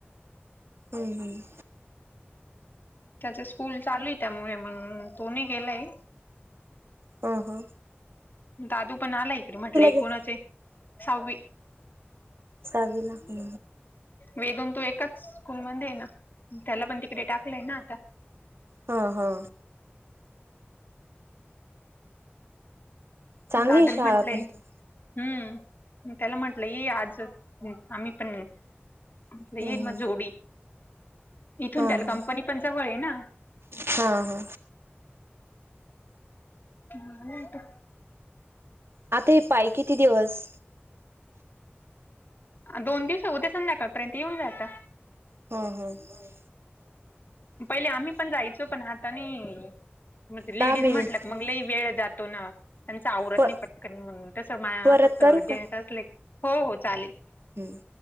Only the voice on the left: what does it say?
त्याच स्कूल चालुये, त्यामुळे मग तो न गेलाय.
दादू पण आला इकडे, म्हटलं एकूणच
आहे सहावी.
वेदून तू एकाच स्कूल मध्ये आहे ना, त्याला पण तिकडे टाकलंय ना आता.
दादूला
म्हंटलंय
हम्म तेला म्हटलंय ये आज आम्ही पण हे. आपलं
आहे ना
जेवढी, इथून
त्याला
कंपनी पण जवळ आहे ना.
हो
दोन दिवस उद्या ये, संध्याकाळपर्यंत येऊन जाताय.
पहिले आम्ही पण जायचो, पण आता नई. मग ते
लेडीज
म्हटला
की मग लई वेळ जातो ना. त्यांच आवरत
नाही पटकन म्हणून तस मा
फक्त
<unintelligible>
हो हो चालेल.